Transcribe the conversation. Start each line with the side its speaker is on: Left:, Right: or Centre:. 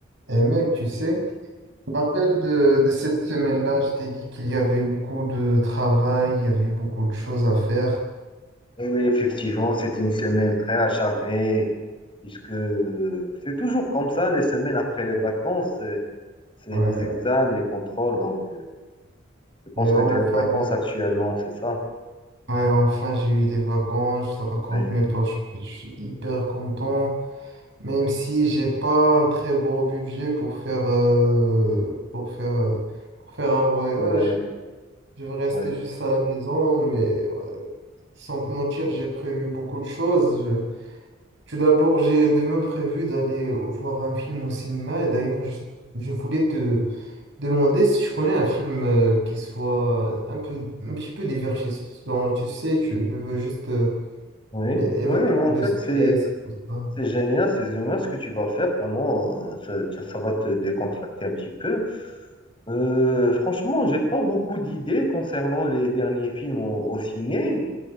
Right: Et mec, tu sais, je me rappelle de, de cette semaine-là, je t'ai dit qu'il y avait beaucoup de travail, il y avait beaucoup de choses à faire.
Left: Et oui, effectivement, c'était une semaine très acharnée, puisque c'est toujours comme ça, les semaines après les vacances, euh, c'est
Right: Ouais.
Left: les examens, les contrôles. Donc, euh, je pense
Right: Et enfin,
Left: que tu es en vacances
Right: mec,
Left: actuellement, c'est ça?
Right: ouais, enfin j'ai eu des vacances, je te raconte
Left: Oui,
Right: mes poches, je je suis hyper content, même si j'ai pas un très gros budget pour faire, euh, pour faire, euh, pour faire un voyage.
Left: oui, oui.
Right: Je vais rester
Left: Oui,
Right: juste à la maison, mais euh, sans te mentir, j'ai prévu beaucoup de choses. Tout d'abord, j'ai demain prévu d'aller voir un film au cinéma et d'ailleurs, je, je voulais te demander si tu connais un film euh, qui soit un peu, un petit peu divertissant. Tu sais, tu, je veux juste euh,
Left: oui,
Right: m'é- évacuer
Left: oui, mais en
Right: le
Left: fait,
Right: stress
Left: c'est
Right: et tout ça.
Left: c'est génial, c'est génial ce que tu vas faire, vraiment, euh, ça, ça- ça va te décontracter un petit peu. Euh, franchement, j'ai pas beaucoup d'idées concernant les derniers films au, au ciné.